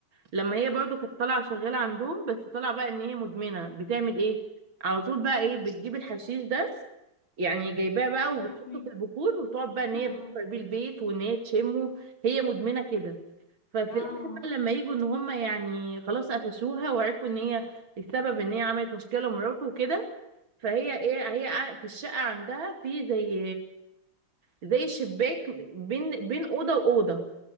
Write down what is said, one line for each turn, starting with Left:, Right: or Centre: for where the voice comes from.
Right: لما هي برضو كانت طالعه شغاله عندهم بس طالعه بقى ان هي مدمنه بتعمل ايه على طول بقى ايه بتجيب الحشيش ده يعني جايباه بقى
Left: يا
Right: وبتحطه
Left: لهوي
Right: في البخور وتقعد بقى ان هي
Left: اه
Right: تبخر بيه البيت وان هي تشمه هي مدمنه كده ففي
Left: اه
Right: الاخر بقى لما يجوا ان هم يعني خلاص قفشوها وعرفوا ان هي السبب ان هي عملت مشكله لمراته وكده فهي ايه هي قاع- في الشقه عندها في زي زي شباك بين بين اوضه واوضه